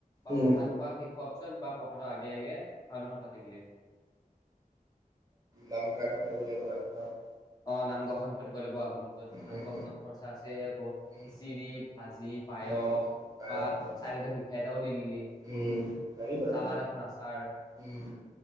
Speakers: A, on the left; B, on the right.
A: বা
B: উম
A: প্ৰসাদ খোৱা শেষ হোৱাৰ পিছত বা প্ৰসাদৰ আগে আগে হয় নহয় পাতিদিলে
B: নাম গোৱাখন পাতিব লাগিব নামঘৰত
A: অ নাম গোৱাখন পাতিব লাগিব আকৌ। য'ত
B: উম
A: নামঘোৱা খনত খৰচা আছে আকৌ
B: উম
A: খিচিৰি ভাজি পায়স
B: গায়ক
A: বা
B: হয়
A: চাইডতে মিঠাই এটাও দি দিলি
B: উম পাৰি বাৰু
A: চালাদ এখন আচাৰ
B: উম